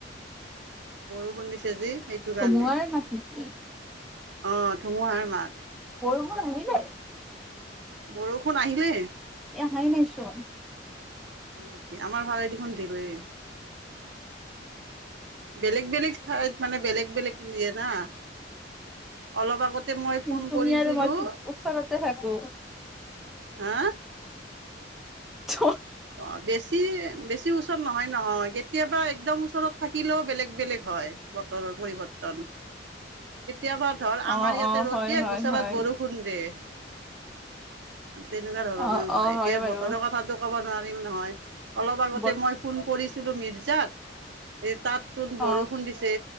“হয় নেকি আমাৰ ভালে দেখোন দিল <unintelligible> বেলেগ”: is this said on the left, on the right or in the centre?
Right